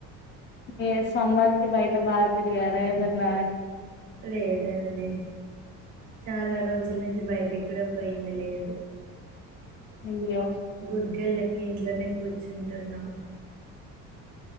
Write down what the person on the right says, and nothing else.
లేదండి చాలా రోజులనుంచి బయటికి. ఎక్కడ పోయింది లేదు.
గుడ్డోలెక్క ఇంట్లోనే కూర్చుంటున్నా